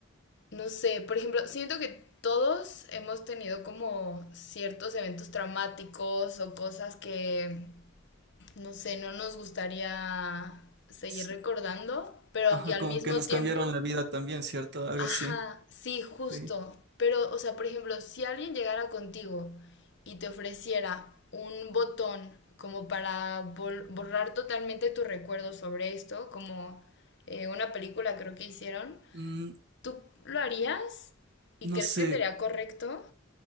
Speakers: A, on the left; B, on the right.
A: No sé, por ejemplo, siento que todos hemos tenido como ciertos eventos traumáticos o cosas que, no sé, no nos gustaría seguir
B: S-
A: recordando, pero
B: Ajá,
A: que al
B: como
A: mismo
B: que nos
A: tiempo...
B: cambiaron la vida también, ¿cierto? Algo
A: Ajá,
B: así.
A: sí, justo.
B: Sí.
A: Pero, o sea, por ejemplo, si alguien llegara contigo y te ofreciera un botón como para bol- borrar totalmente tu recuerdo sobre esto, como eh, una película creo que hicieron,
B: Mm,
A: ¿tú lo harías? ¿Y
B: no
A: crees
B: sé,
A: que sería correcto?